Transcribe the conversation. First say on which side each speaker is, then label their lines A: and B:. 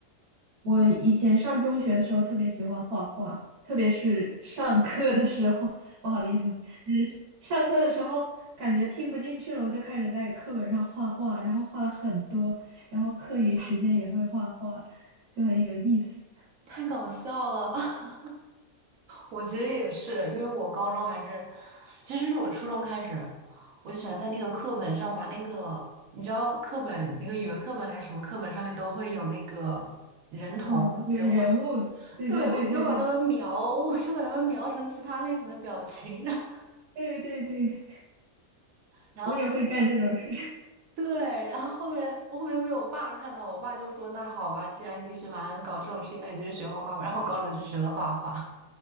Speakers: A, on the right; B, on the right.
A: 我以前上中学的时候特别喜欢画画，特别是上课的时候，<laughs> 不好意思，就是上课的时候感觉听不进去了，我就开始在课本上画画，然后画了很多，然后课余时间也会画画，就很有意思。
B: 太搞笑了，<laughs> 我其实也是，因为我高中还是，其实是我初中开始，我就喜欢在那个课本上把那个，你知道课本那个语文课本还是什么课本上面都会有那个人头人物头，
A: 嗯，有人物，对对对对对
B: 对，我就把他们描，我就把他们描成其他类型的表情，<laughs>
A: 对对对，
B: 然后然后就
A: 我也会干这种事。<laughs>
B: 对，然后后面我后面被我爸看到了，我爸就说那好吧，既然你喜欢搞这种事情，那你就去学画画吧，然后高中就学了画画。